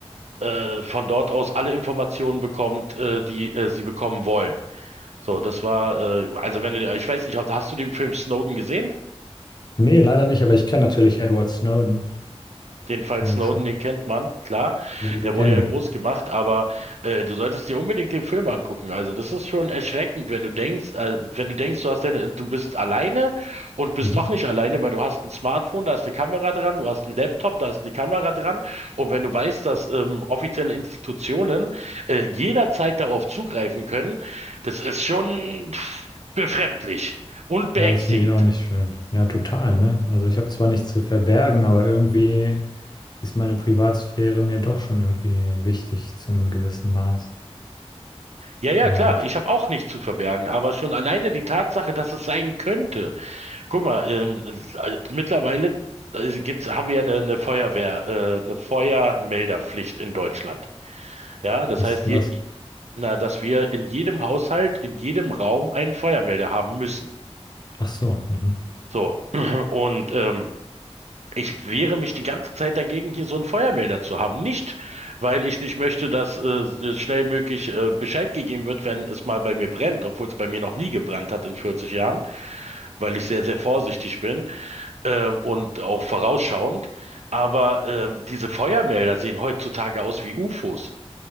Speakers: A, on the right (about 80°); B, on the left (about 40°).
A: äh, von dort aus alle Informationen bekommt, äh, die äh, sie bekommen wollen. So, das war, äh, also wenn du, ich weiß nicht, hast du den Film Snowden gesehen?
B: Nee, leider nicht, aber ich kenne natürlich Edward Snowden,
A: Den Fall
B: äh,
A: Snowden,
B: schon
A: den kennt man, klar.
B: eine Legende.
A: Der wurde ja groß gemacht, aber äh, du solltest dir unbedingt den Film angucken. Also das ist schon erschreckend, wenn du denkst, äh, wenn du denkst, du hast deine, du bist alleine und bist
B: Mhm.
A: doch nicht alleine, weil du hast ein Smartphone, da ist eine Kamera dran, du hast einen Laptop, da ist eine Kamera dran. Und wenn du weißt, dass ähm, offizielle Institutionen äh, jederzeit darauf zugreifen können, das ist schon befremdlich und beängstigend.
B: Ja, das finde ich auch nicht schön. Ja, total, ne? Also ich habe zwar nichts zu verbergen, aber irgendwie ist meine Privatsphäre mir doch schon irgendwie wichtig zu einem gewissen Maß.
A: Ja, ja,
B: Und
A: klar, ich habe auch nichts zu verbergen, aber schon alleine die Tatsache, dass es sein könnte. Guck mal, ähm, äh, mittlerweile äh, gibt's, haben wir ja eine, eine Feuerwehr, äh, eine Feuermelderpflicht in Deutschland. Ja, das
B: was
A: heißt,
B: ist denn
A: je,
B: das?
A: na, dass wir in jedem Haushalt, in jedem Raum einen Feuermelder haben müssen.
B: Ach so, mhm.
A: So, <clears throat> und ähm, Ich wehre mich die ganze Zeit dagegen, hier so einen Feuermelder zu haben. Nicht, weil ich nicht möchte, dass äh, so schnell möglich äh, Bescheid gegeben wird, wenn es mal bei mir brennt, obwohl es bei mir noch nie gebrannt hat in 40 Jahren, weil ich sehr, sehr vorsichtig bin ähm, und auch vorausschauend. Aber ähm, diese Feuermelder sehen heutzutage aus wie UFOs.